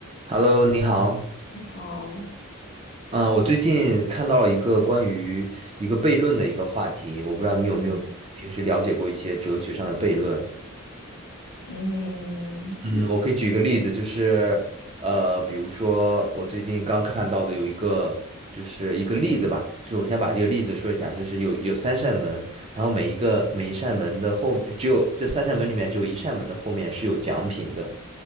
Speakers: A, on the right (about 25°); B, on the left (about 55°).
A: Hello，你好。
B: 你好，
A: 嗯、我最近看到了一个关于一个悖论的一个话题，我不知道你有没有平时了解过一些哲学上的悖论。
B: 嗯嗯
A: 嗯，我可以举个例子，就是，呃，比如说我最近刚看到的有一个，就是一个例子吧，就是我先把这个例子说一下，就是有有三扇门，然后每一个每一扇门的后，只有这三扇门里面只有一扇门的后面是有奖品的，